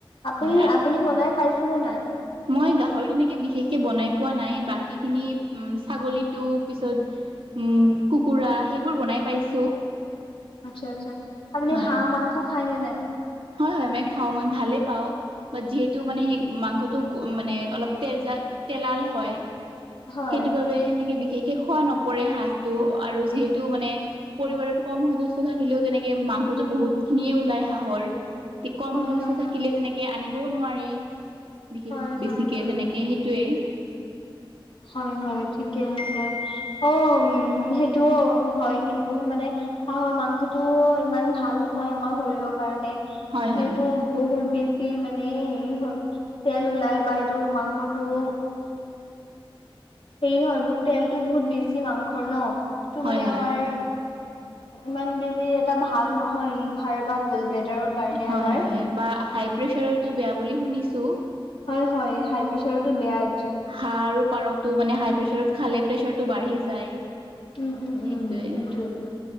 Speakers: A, on the left; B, on the right.
A: আপুনি
B: হয়
A: আপুনি বনাই পাইছে নে নাই?
B: মই গাহৰি তেনেকৈ বিশেষকৈ বনাই পোৱা নাই, বাকীখিনি ছাগলীটো পিছত উ, কুকুৰা, সেইবোৰ বনাই পাইছো।
A: আচ্ছা, আচ্ছা। আপুনি
B: হয়
A: হাঁ মাংস খাইনে নাই?
B: হয় হয়, মই খাওঁ। মই ভালে পাওঁ। বাত, যিহেতু মানে সেই মাংসটো মানে অলপ তেজাল তেলাল হয়।
A: হয়
B: সেইটো বাবে সেনেকে বি বিশেষ খোৱা নপৰে হাঁহটো, আৰু যিহেতু মানে পৰিবাৰত কম হৈ গৈছে থাকিলেও তেনেকে মাংসটো বহুতখিনিয়ে ওলায় হাঁহৰ। তি কম
A: হয়
B: সদস্য
A: হয়
B: থাকিলে
A: হয়
B: তেনেকে আনিবও নোৱাৰি। বিশেষ,
A: হয় হয়
B: বেছিকে
A: হয়
B: তেনেকে সেইটোয়ে।
A: হয়, হয় ঠিকে আছা, অ', উম, সেই টো হয়, কিন্তু মানে হাঁহৰ মাংসটো ইমান ভাল নহয় আমাৰ শৰীৰৰ কাৰণে।
B: হয় হয়
A: যিটো বহুত বি ছি মানে হেৰি হয়, তেল ওলাই বা এইটো মাংসটো হেৰি হয়, তেলটো বহুত বেছি মাংসৰ ন! সেটো
B: হয়
A: মানে
B: হয়
A: আমাৰ ইমান বেছি এটা ভাল নহয়, লিভাৰ বা গ'ল্ড ব্লেডাৰৰ কাৰণে
B: হয়,
A: আমাৰ
B: হয়, বা হাই প্ৰেচাৰটো বেয়া বুলি শুনিছো।
A: হয়, হয়, হাই প্ৰেচাৰতটো বেয়াই।
B: হাঁহ আৰু পাৰতো মানে হাই প্ৰেচাৰত খালে প্ৰেচাৰতটো বাঢ়ি যায়।
A: উম উম উম
B: সেইটোয়ে,
A: সেইটো